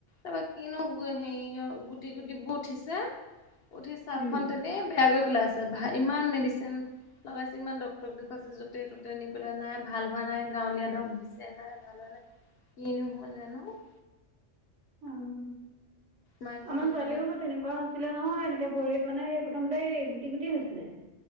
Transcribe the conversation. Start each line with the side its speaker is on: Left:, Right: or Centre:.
Left: তাৰপা কিনো হেৰি অ গুটি-গুটিবোৰ উঠিছে। উঠি ছালখন
Right: উম,
Left: তেনেই বেয়াকৈ পেলাইছে। ভা ইমান মেডিচিন লগাইছো, ইমান ডক্টৰক দেখুৱাইছোঁ, য'তে- ত'তে নি পেলাই নাই ভাল হোৱা নাই, গাঁৱলীয়া দৰৱ দিছে নাই ভাল হোৱা নাই। কিনো হ'ল জানো!
Right: অ'।
Left: মাকজনী
Right: আমাৰ ছোৱালীও
Left: তেনে
Right: হৈ তেনেকুৱা হৈছিলে নহয়, এনেকে ভৰিত মানে এ প্ৰথমতে এই গুটি গুটি হৈছিলে।